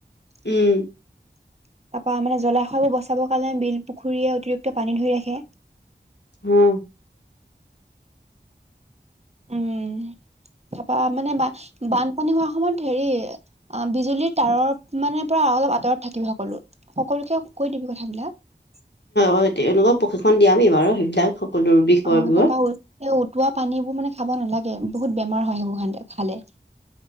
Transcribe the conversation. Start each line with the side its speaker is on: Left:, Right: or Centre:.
Right: তাৰপৰা
Left: উম
Right: মানে জলাশয়বোৰ বচাবৰ কাৰণে বিল পুখুৰীয়ে অতিৰিক্ত পানী ধৰি ৰাখে।
Left: হুম।
Right: উমহ হু তাৰপৰা মানে বা বান পানী হোৱাৰ সময়ত হেৰি অ বিজুলীৰ তাৰত মানে পৰা অলপ আঁতৰত থাকিবি সকলো সকলো সকলোকে কৈ দিবি কথাবিলাক।
Left: হয় তেওঁলোকক প্ৰশিক্ষণ দিয়ামেই বাৰু সেইবিলাক সকলো বিষয়বোৰত
Right: অ, তাৰপৰা উটোৱা পানী বোৰ মানে খাব নেলাগে। বহুত বেমাৰ হয় সেইবোৰ সন্দেহত খালে।